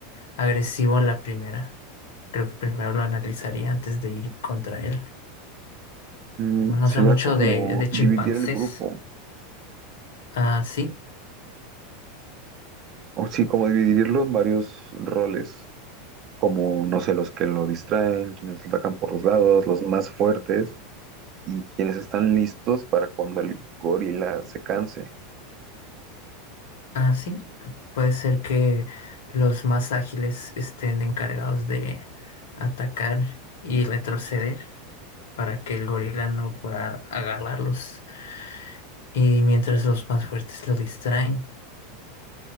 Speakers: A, on the left; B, on the right.
A: agresivo a la primera. Creo que primero lo analizaría antes de ir contra él.
B: Mm,
A: No no
B: sería
A: sé mucho
B: como
A: de, de chimpancés.
B: dividir el grupo,
A: Ah, sí,
B: o sí, como dividirlo en varios roles, como, no sé, los que lo distraen, quienes lo atacan por los lados, los más fuertes, y quienes están listos para cuando el gorila se canse.
A: ah, sí. Puede ser que los más ágiles estén encargados de atacar y retroceder para que el gorila no pueda agarrarlos. Y mientras los más fuertes lo distraen.